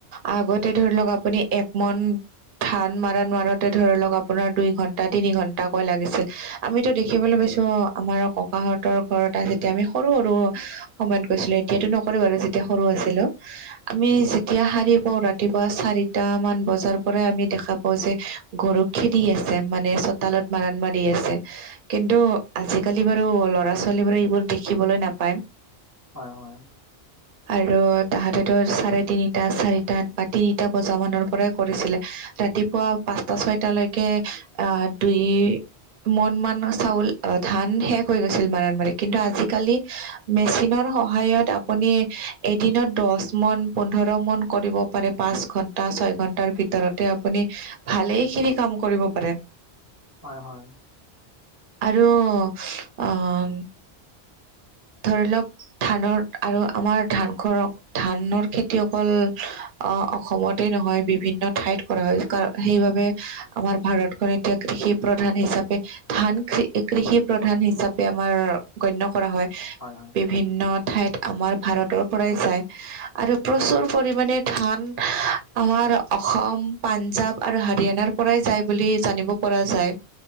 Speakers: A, on the right (about 55°); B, on the left (about 15°).
A: আগতে ধৰি লওঁক আপুনি একমন ধান মাৰণ মাৰোতে ধৰি লওক আপোনাৰ দুই ঘন্টা তিনি ঘন্টাকৈ লাগিছিল। আমিতো দেখিবলৈ পাইছোঁ অহ, আমাৰ ককাহঁতৰ ঘৰত যেতিয়া আমি সৰু সৰু সময়ত গৈছিলোঁ, এতিয়াতো নকৰে বাৰু যেতিয়া সৰু আছিলোঁ। আমি যেতিয়া হাৰি পাওঁ, ৰাতিপুৱা চাৰিটা মান বজাৰ পৰাই আমি দেখা পাওঁ যে গৰু খেদি আছে। মানে চোতালত মাৰণ মাৰি আছে। কিন্তু আজিকালি বাৰু ল'ৰা ছোৱালী বোৰে এইবোৰ দেখিবলৈ নাপায়।
B: হয় হয়।
A: আৰু তাহাঁতেতো চাৰে তিনিটা চাৰিটা বা তিনিটা বজা মানৰ পৰাই কৰিছিলে। ৰাতিপুৱা পাঁচটা ছয়টালৈকে আহ দুই মন মান চাউল আহ ধান শেষ হৈ গৈছিল মাৰণ মাৰে কিন্তু আজিকালি মেচিনৰ সহায়ত আপুনি এদিনত দশ মন পোন্ধৰ মন কৰিব পাৰে। পাঁচ ঘন্টা, ছয় ঘন্টাৰ ভিতৰতে আপুনি ভালেই খিনি কাম কৰিব পাৰে।
B: হয় হয়।
A: আৰু আহ ধৰি লওঁক ধানৰ আৰু আমাৰ ধান ঘৰক ধানৰ খেতি অকল অ অসমতেই নহয়। বিভিন্ন ঠাইত কৰা হয়। কাৰ সেইবাবে আমাৰ ভাৰতখন এতিয়া কৃষি প্ৰধান হিচাপে ধান কৃষি প্ৰধান হিচাপে আমাৰ গণ্য কৰা হয়।
B: হয় হয়।
A: বিভিন্ন ঠাইত আমাৰ ভাৰতৰ পৰাই যায়। আৰু প্ৰচুৰ পৰিমাণে ধান আমাৰ অসম, পাঞ্জাৱ আৰু হাৰিয়ানাৰ পৰাই যায়। বুলি জানিব পৰা যায়।